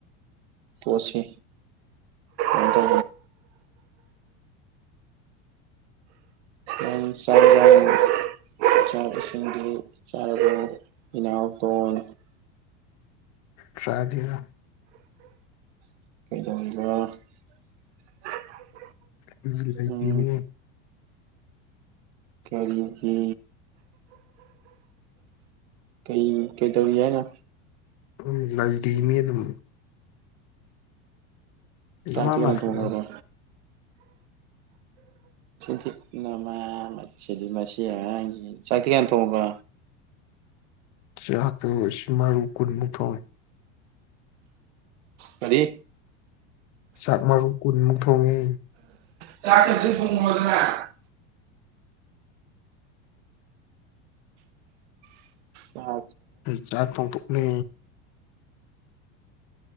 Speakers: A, on the right; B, on the left.
A: ꯄꯁꯤ ꯑꯗ
B: <inaudible>
A: ꯑ ꯁꯔꯖ ꯆꯥꯛ ꯏꯁꯤꯡꯗꯤ ꯆꯥꯔꯕ ꯏꯅꯥꯎꯊꯣꯟ
B: ꯇ꯭ꯔꯥꯗꯒ
A: <unintelligible>
B: ꯂꯩꯕꯤꯔꯤꯅꯦ
A: ꯎꯝ ꯈꯦꯔꯤꯄꯤ ꯀꯩ ꯀꯩ ꯇꯧꯔꯤ ꯍꯥꯏꯅ
B: ꯎ ꯂꯥꯏꯗꯃꯤꯌ ꯑꯗꯨ ꯂꯝꯃꯔ
A: ꯆꯥꯛꯇꯤ
B: ꯃꯥꯁ
A: ꯀꯅꯥ ꯊꯣꯡꯈ꯭ꯔꯕ ꯊꯤ ꯑꯃ ꯃ ꯑꯉꯥꯡꯁꯤ ꯆꯥꯛꯇꯤ ꯀꯅ ꯊꯣꯡꯕ
B: ꯆꯥꯇꯁ ꯃꯥꯔꯨ ꯀꯨꯜꯃꯨꯊꯣꯏ
A: ꯐꯔꯤ
B: ꯆꯥꯛ ꯃꯔꯨ ꯀꯨꯟꯃꯨꯛ ꯊꯣꯡꯉꯦ
A: ꯆ ꯑꯗꯨ ꯁꯉ ꯑꯗꯨꯅ ꯌꯥ
B: ꯑꯩ ꯆꯥꯛ ꯊꯣꯡꯇꯣꯛꯂꯦ